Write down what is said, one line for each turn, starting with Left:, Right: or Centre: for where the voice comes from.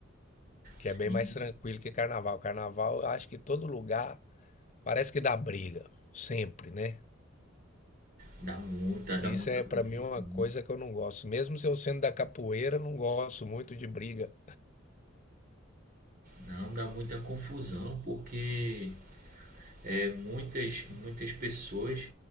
Left: Que
Right: Sim.
Left: é bem mais tranquilo que carnaval. Carnaval, eu acho que todo lugar parece que dá briga, sempre, né?
Right: Dá muita, dá
Left: Isso
Right: muita
Left: é
Right: confusão.
Left: pra mim uma coisa que eu não gosto. Mesmo se eu sendo da capoeira, eu não gosto muito de briga.
Right: Não, dá muita confusão, porque é, muitas, muitas pessoas,